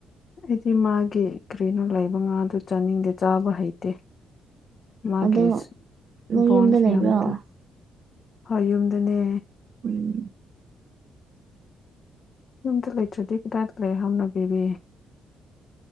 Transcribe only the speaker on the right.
ꯑꯗꯣ ꯅꯪ
ꯌꯨꯝꯗ ꯂꯩꯕ꯭ꯔꯣ
ꯎꯝ